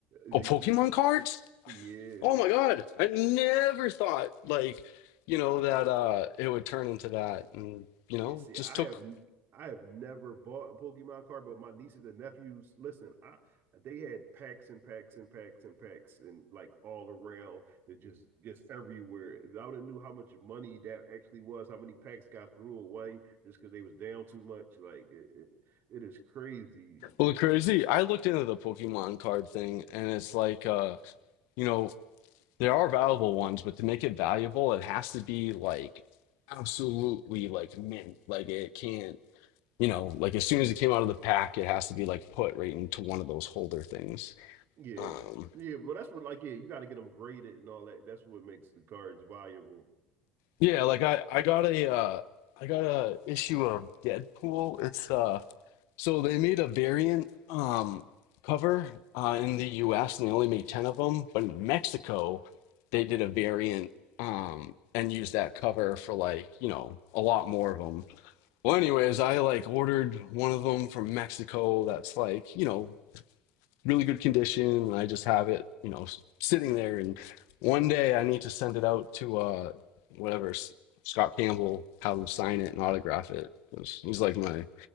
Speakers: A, on the right; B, on the left.
A: they,
B: oh pokemon cards
A: yeah,
B: Oh my God. I never thought like, you know, that uh it would turn into that and you
A: Yeah,
B: know,
A: see,
B: just
A: I
B: took
A: have I have never bought a Pokemon card, but my nieces and nephews, listen, I they had packs and packs and packs and packs and like all around that just just everywhere. If I would have knew how much money that actually was, how many packs got threw away just because they was down too much. Like it, it, it is crazy.
B: well the crazy. I looked into the Pokemon card thing and it's like uh, you know, there are valuable ones, but to make it valuable it has to be like absolutely like mint. Like it can't you know, like as soon as it came out of the pack, it has to be like put right into one of those holder things.
A: Yeah.
B: Um
A: Yeah, but that's what like yeah, you got to get them graded and all that. That's what makes the cards valuable.
B: yeah, like I I got a uh I got a issue of Deadpool. It's uh So they made a variant um, cover uh, in the U.S. and they only made ten of them, but in Mexico they did a variant um, and used that cover for like you know a lot more of them. Well, anyways, I like ordered one of them from Mexico that's like you know really good condition, and I just have it you know s- sitting there. And one day I need to send it out to uh, whatever S- Scott Campbell, have him sign it and autograph it. 'cause He's like my